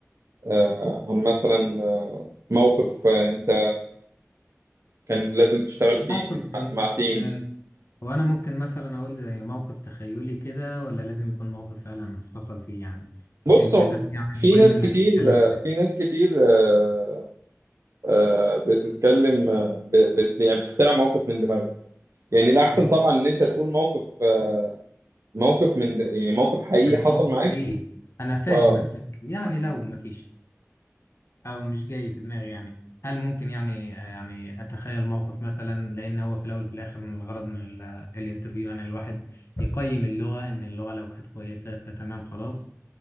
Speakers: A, on the right; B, on the left.
A: آه، عن مثلا آه، موقف آه، انت كان لازم تشتغل فيه
B: موقف زي
A: مع مع تيم
B: ده هو انا ممكن مثلا اقول زي موقف تخيلي كده ولا لازم يكون موقف فعلا حصل فيه يعني
A: بص
B: مش البداية
A: هو
B: يعني
A: في
B: المهم
A: ناس
B: انك
A: كتير
B: تتكلم
A: آه،
B: كويس
A: في ناس كتير آه، آه، بتتكلم آه، ب- ب- يعني بتخترع مواقف من دماغك يعني الأحسن
B: يبقى
A: طبعا إن أنت تقول موقف آه، موقف من د- يعني موقف حقيقي حصل
B: موقف
A: معاك
B: حقيقي انا فاهم
A: اه
B: بس يعني لو مفيش او مش جاي في دماغي يعني هل ممكن يعني آه، يعني اتخيل موقف مثلا لان هو في الاول وفي الاخر من الغرض من ال- الانترفيو يعني الواحد يقيم اللغة ان اللغة لو كانت كويسة فتمام خلاص